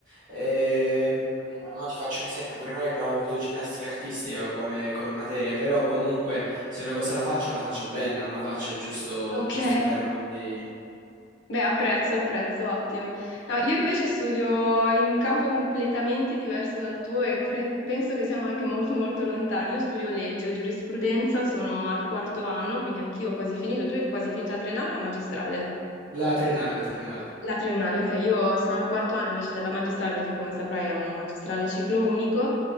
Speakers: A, on the right (about 45°); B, on the left (about 85°).
A: ehm, mo ti faccio un esempio, pure noi abbiamo avuto ginnastica artistica come, come materia, però comunque se una cosa la faccio, la faccio bene, non la faccio giusto,
B: Ok.
A: giusto
B: <laughs>
A: per, quindi
B: Beh, apprezzo, apprezzo, ottimo. No, io invece studio in un campo completamente diverso dal tuo e pre- penso che siamo anche molto molto lontani. Io studio legge, giurisprudenza, sono al quarto anno, quindi anch'io ho quasi finito. Tu hai quasi finito la triennale o la magistrale?
A: la triennale, la triennale.
B: La triennale, ok, io sono al quarto anno invece della magistrale perché come saprai è una magistrale a ciclo unico